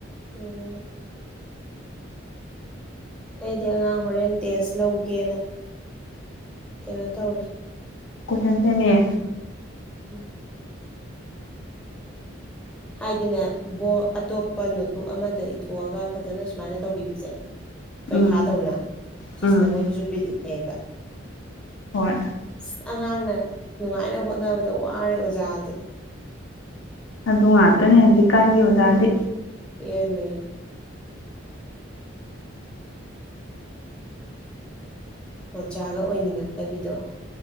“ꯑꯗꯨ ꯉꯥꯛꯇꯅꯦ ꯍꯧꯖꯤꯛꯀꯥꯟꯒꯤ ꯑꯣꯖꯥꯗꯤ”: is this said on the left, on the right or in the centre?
Left